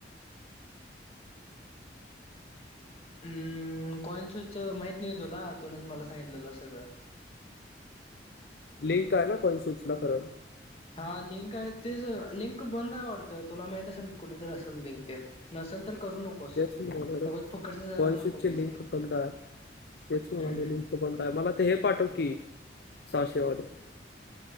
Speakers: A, on the left (about 35°); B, on the left (about 60°).
A: हं कॉइन्सूच माहित नाही तुला तूच मला सांगितलेलं सगळं.
B: लिंक आहे ना कोण सूचना करत.
A: हा लिंक आहे तेच लिंक बंद आहे वाटतं. तुला माहित असेल की कुठेतरी असल लिंक तेन नसेल तर करू नको. नकोस
B: तेच म्हणायलोय रं
A: उगच फुकटच जायला
B: कॉइन स्विचची
A: पैसे
B: लिंक बंद आहे तेच म्हणायलो.
A: हम्म
B: बंद आहे, मला ते हे पाठव की सहाशेवाल.